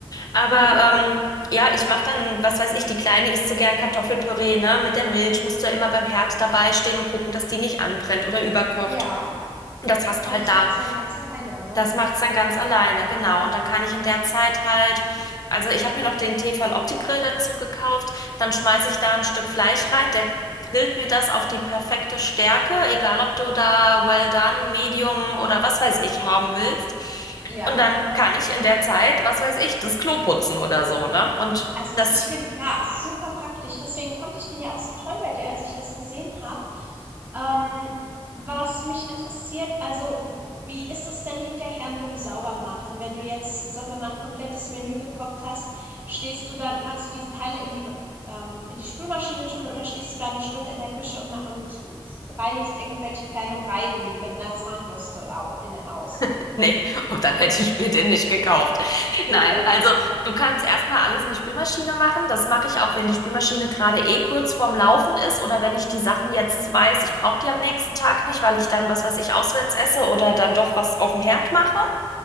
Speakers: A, on the left; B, on the right.
A: aber
B: mhm.
A: ähm, Ja, ich mache dann, was weiß ich, die Kleine isst so gern Kartoffelpüree, ne? Mit der Milch musst du ja immer beim Herd dabei stehen und gucken, dass die nicht anbrennt oder überkocht.
B: Ja.
A: Und Das hast
B: Und
A: du halt
B: das
A: da.
B: macht's dann ganz alleine, ne?
A: Das macht's dann ganz alleine, genau. Und dann kann ich in der Zeit halt, also ich habe mir noch den Tefal Opti-Grill dazu gekauft, dann schmeiße ich da ein Stück Fleisch rein, der grillt mir das auf die perfekte Stärke, egal ob du da well done, medium oder was weiß ich haben willst.
B: Ja.
A: Und dann kann ich in der Zeit, was weiß ich, das Klo putzen oder so, ne? Und
B: Also,
A: das
B: ich finde, ja, super praktisch. Deswegen fand ich den ja auch so toll bei dir, als ich das gesehen habe. Ähm, was mich interessiert, also, w- wie ist das denn hinterher mit dem Saubermachen? Wenn du jetzt, sag mal mal, ein komplettes Menü gekocht hast, stehst du dann, kannst du diese Teile in die, ähm, in die Spülmaschine tun oder stehst du da eine Stunde in der Küche und, ma- und äh, reinigst irgendwelche kleinen Reiben mit einer Zahnbürste au innen aus?
A: <laughs> Nee, und dann hätte ich mir den nicht gekauft.
B: <laughs>
A: Nein, also du kannst erstmal alles in die Spülmaschine machen. Das mache ich auch, wenn die Spülmaschine gerade eh kurz vorm Laufen ist oder wenn ich die Sachen jetzt weiß, ich brauche die am nächsten Tag nicht, weil ich dann, was weiß ich, auswärts esse oder dann doch was auf dem Herd mache.